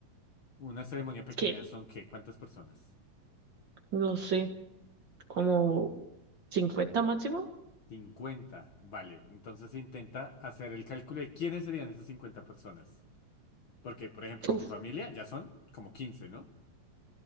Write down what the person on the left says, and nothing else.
una ceremonia pequeña
son ¿qué? ¿Cuántas personas?
cincuenta, vale. Entonces intenta hacer el cálculo de quiénes serían esas 50 personas. Porque, por ejemplo,
tu familia ya son como 15, ¿no?